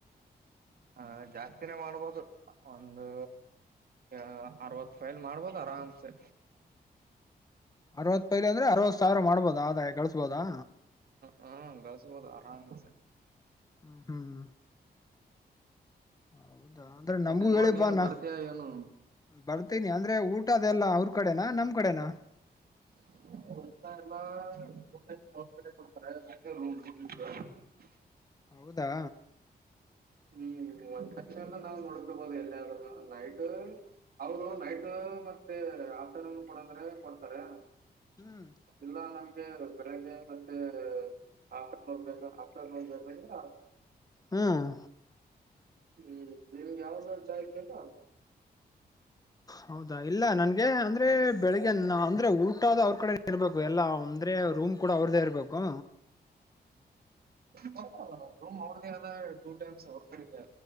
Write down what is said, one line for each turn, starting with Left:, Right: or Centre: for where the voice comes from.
Right: ಹ ಜಾಸ್ತಿನೇ ಮಾಡ್ಬೋದು ಒಂದು ಅ ಅರವತ್ ಫೈಲ್ ಮಾಡ್ಬೋದು ಆರಾಮ್ಸೆ
Left: ಅರವತ್ ಪೈಲಿ ಅಂದ್ರೆ ಅರವತ್ ಸಾವಿರ ಮಾಡ್ಬೋದಾ ಅರ ಕಳಸ್ಬೋದಾ
Right: ಹಾ ಗಳಸ್ಬೋದು ಆರಾಮ್ಸೆ
Left: ಹ್ಮ ಹ್ಮ್ ಹೌದಾ ಅಂದ್ರೆ ನಮಗೂ
Right: ಮತ್ತೆ ನೋಡ್
Left: ಹೇಳಿ
Right: ನೀನು
Left: ಬಾನ
Right: ಬರ್ತೀಯ ಏನು
Left: ಬರ್ತೀನಿ ಅಂದ್ರೆ ಊಟದೆಲ್ಲ ಅವ್ರ ಕಡೆನಾ ನಮ್ ಕಡೆನಾ
Right: <unintelligible> <unintelligible>
Left: ಹೌದಾ
Right: ಹ್ಮ್ ಮ ನಾವು ನೋಡ್ಕೋಬಹುದು ಎಲ್ಲಿಂದರು ನೈಟ್ ಅವರು ನೈಟ್ ಮತ್ತೆ ಆಫ್ಟರ್ನೂನ್ ಕೊಡಂದ್ರೆ ಕೊಡ್ತಾರೆ
Left: ಹ್ಮ್
Right: ಇಲ್ಲ ನಮಗೆ ಬೆಳಗ್ಗೆ ಮತ್ತೆ <unintelligible>
Left: ಹ್ಮ್
Right: ಹ್ಮ್ ನಿಮ್ಗೆ ಯಾವ್ದೋ ಜಾಯ ಕದ <unintelligible>
Left: ಹೌದಾ ಇಲ್ಲ ನನ್ಗೆ ಅಂದ್ರೆ ಬೆಳಿಗ್ಗೆ ಅಂದ್ರೆ ಊಟ ಆದ ಅವ್ರ ಕಡೆ ಇರ್ಬೇಕು ಎಲ್ಲ ಅಂದ್ರೆ ಕೂಡ ಅವ್ರದೇ ಇರ್ಬೇಕು.
Right: ಬಲ್ಲ ನ ರೂಮ್ ಅವ್ದೇ ಆದ ಟೂ ಟೈಮ್ಸ್ ಅವ್ರಗಡೆ